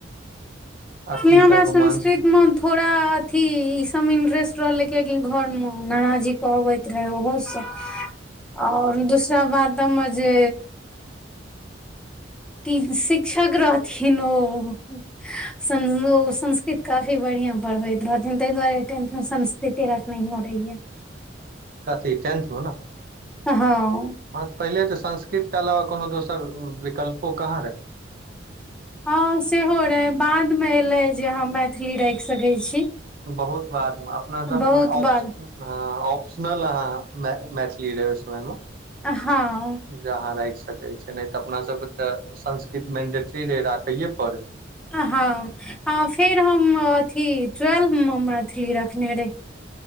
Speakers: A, on the right; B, in the centre.
A: अथी
B: इसलिए हमरा
A: सबके
B: संस्कृत
A: मान
B: मे थोड़ा अथी इ सब मे इंट्रेस्ट रहले के की घर मे नान जी कहबे रहे ओहो सब ओर दूसरा बातमे जे ती शिक्षक रहथिन ओ ओ संस्कृत काफी बढ़िया पढ़बैत रहथिन ताहि दुआरे टेंथ मे संस्कृत तेरह से नहियो रहीयै
A: कथी टेंथ मे ने
B: हँ
A: हँ पहिले तऽ संस्कृत के अलावा कोनो दोसर विकल्पो कहाँ रहे
B: हँ सेहो रहै बादमे एलै जे अहाँ मैथिली राखि सकैत छी
A: बहुत बादमे अपना सबमेऑप्श
B: बहुत बाद
A: हँ ऑप्शनल अहाँ मैथिली रह समयमे
B: हँ
A: जहााँ राखि सकै छै नहि तऽ अपना सबके तऽ संस्कृत मेंडेटरी रहे राखैे पड़े
B: हँ फेर हम अथी ट्वेल्व मे मैथिली रखने रहे